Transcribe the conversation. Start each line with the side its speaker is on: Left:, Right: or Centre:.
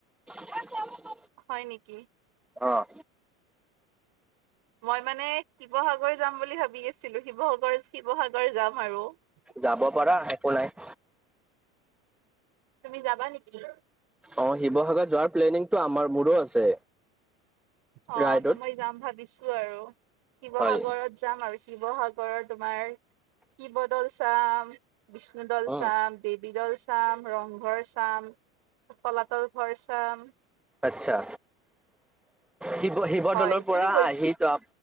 Centre: <unintelligible> <inaudible>
Right: হয় নেকি?
Centre: অঁ।
Right: মই মানে শিৱসাগৰ যাম বুলি ভাবি আছিলো, শিৱসাগৰ শিৱসাগৰ যাম আৰু। <unintelligible>
Centre: যাব পাৰা একো নাই।
Right: তুমি যাবা নেকি? <unintelligible>
Centre: অ শিৱসাগৰত যোৱাৰ প্লেনিংটো আমাৰ মোৰো আছে।
Right: অ
Centre: ৰাইডত
Right: ত মই যাম ভাবিছো আৰু, শিৱসাগৰত
Centre: হয়
Right: যাম আৰু শিৱসাগৰত <unintelligible> তোমাৰ শিৱদৌল চাম, বিষ্ণুদল
Centre: উম
Right: চাম, দেৱী দৌল চা চাম, ৰংঘৰ চাম, তলাতল ঘৰ চাম।
Centre: আচ্ছা শিৱ শিৱদলৰ
Right: হয়
Centre: পৰা
Right: তুমি গৈছ
Centre: আহি ত